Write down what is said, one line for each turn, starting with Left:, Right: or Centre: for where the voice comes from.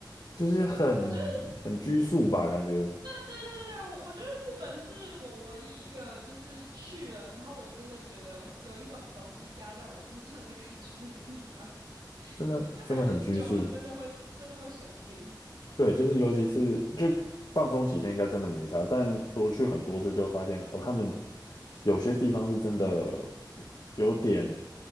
Left: 就是很很拘束吧，
Right: 我觉得
Left: 感觉
Right: 对对对，我我觉得日本是我唯一一个就是去了，然后我真的觉得有一种东西压在我身上的感觉的地方，
Left: 真的真的很拘束。
Right: 就感觉久了真的会真的会生病。
Left: 对，就是尤其是就放松几天应该真的没啥，但多去很多次就发现哦，他们有些地方是真的有点